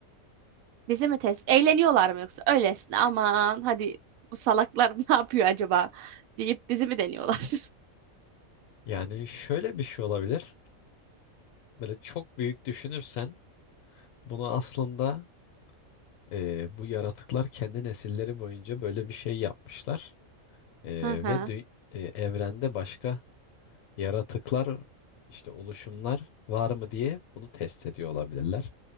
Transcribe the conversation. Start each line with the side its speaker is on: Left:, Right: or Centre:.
Right: Bizi mi test? Eğleniyorlar mı yoksa öylesine aman hadi bu salaklar <laughs> ne yapıyor acaba deyip bizi mi deniyorlar? <laughs>
Left: Yani şöyle bir şey olabilir. Böyle çok büyük düşünürsen bunu aslında e, bu yaratıklar kendi nesilleri boyunca böyle bir şey yapmışlar. E,
Right: Hı hı.
Left: ve dü- e, evrende başka yaratıklar işte oluşumlar var mı diye bunu test ediyor olabilirler.